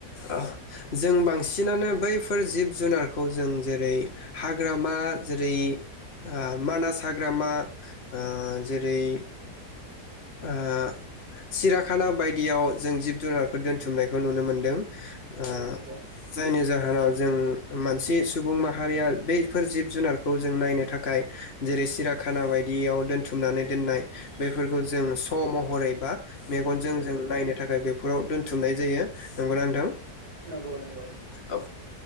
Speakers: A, on the left (about 40°); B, on the right (about 70°).
A: ओ जों बांसिनानो बैफोर जिब जुनारखौ जों जेरै हाग्रामा जेरै ओ मानास हाग्रामा ओ जेरै ओ सिराखाना बायदियाव जों जिब जुनारखौ दोन थुमनायखौ नुनो मोनदों। ओ
B: औ नंगौ
A: जायनि जाहोनाव जों मानसि सुबुं माहारिया बैफोर जिब जुनारखौ जों नायनो थाखाय जेरै सिराखाना बायदियाव दोन्थुमनानै दोननाय बैफोरखौ जों स' महरै बा मेगनजों जों नायनो थाखाय बेफोराव दोन थुमनाय जायो नोंगौना नोंथां?
B: नोंगौ नोंगौ।
A: औ